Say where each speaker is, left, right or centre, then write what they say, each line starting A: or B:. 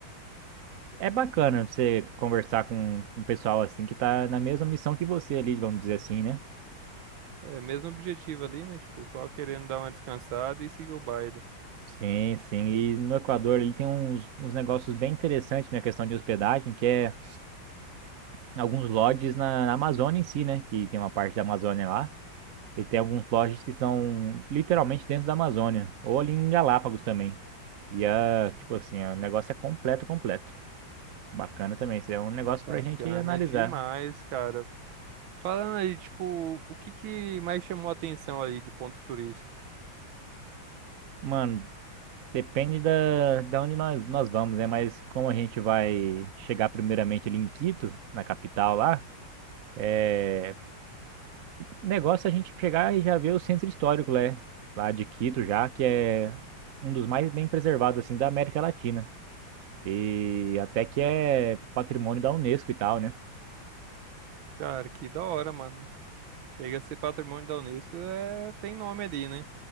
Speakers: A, on the right; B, on the right.
A: é bacana você conversar com um pessoal assim que tá na mesma missão que você ali, vamos dizer assim, né?
B: É, mesmo objetivo ali, né? Tipo, só querendo dar uma descansada e seguir o baile.
A: Sim, sim. E no Equador ele tem uns, uns negócios bem interessantes na questão de hospedagem, que é alguns lodges na, na Amazônia em si, né? Que tem uma parte da Amazônia lá. E tem alguns lodges que são literalmente dentro da Amazônia. Ou ali em Galápagos também. E, ah, tipo assim, o negócio é completo, completo. Bacana também. Isso é um negócio
B: Bacana
A: pra gente analisar.
B: demais, cara. Falando aí, tipo, o que que mais chamou a atenção ali de pontos turísticos?
A: Mano, depende da, da onde nós, nós vamos, né? Mas como a gente vai chegar primeiramente ali em Quito, na capital lá, é, negócio é a gente chegar e já ver o centro histórico, né? Lá de Quito já, que é um dos mais bem preservados, assim, da América Latina. E até que é patrimônio da Unesco e tal, né?
B: Cara, que da hora, mano. Chega a ser patrimônio da Unesco, é... tem nome ali, né?